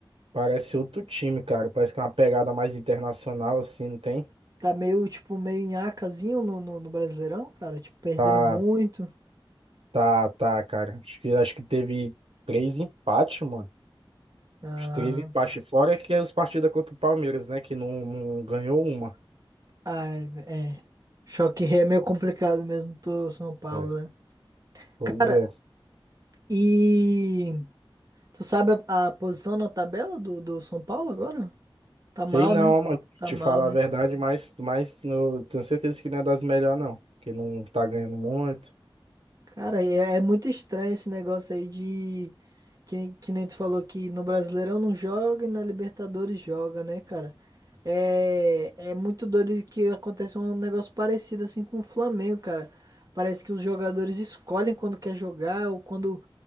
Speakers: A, on the right; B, on the right.
A: parece outro time, cara. Parece que é uma pegada mais internacional, assim, não tem?
B: Tá meio, tipo, meio nhacazinho no, no, no Brasileirão, cara. Tipo, perdendo
A: Tá,
B: muito.
A: tá, tá, cara. Acho que, acho que teve três empates, mano.
B: Ah,
A: Os três empates fora é que é os partidas contra o Palmeiras, né? Que não, não ganhou uma.
B: ai, é. Choque rei é meio complicado mesmo pro São Paulo,
A: É.
B: né?
A: Pois
B: Cara,
A: é.
B: e tu sabe a, a posição na tabela do, do São Paulo agora? Tá
A: Sei
B: mal,
A: não,
B: né?
A: mano.
B: Tá
A: Te
B: mal,
A: falar
B: né?
A: a verdade, mas, mas eu tenho certeza que não é das melhores, não. Porque não tá ganhando muito.
B: Cara, é é muito estranho esse negócio aí de. Que, que nem tu falou que no Brasileirão não joga e na Libertadores joga, né, cara? É, é muito doido que aconteça um negócio parecido assim com o Flamengo, cara. Parece que os jogadores escolhem quando quer jogar ou quando,